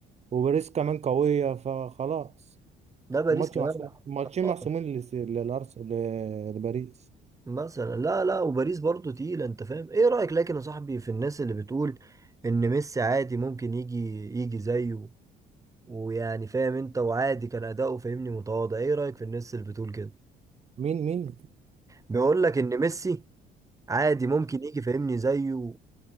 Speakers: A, on the right; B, on the right.
A: وباريس كمان قويه فخلاص
B: ده باريس
A: الماتش
B: كمان
A: محسوم الماتشين
B: آه،
A: محسومين لس- للارسنال لباريس
B: مثلا لا لا وباريس برضو تقيلة انت فاهم ايه رأيك لكن يا صاحبي في الناس اللي بتقول ان ميسي عادي ممكن يجي يجي زيه ويعني فاهم انت وعادي كان اداؤه فاهمني متواضع ايه رايك في الناس اللي بتقول كده
A: مين مين
B: بيقول لك ان ميسي عادي ممكن يجي فاهمني زيه و-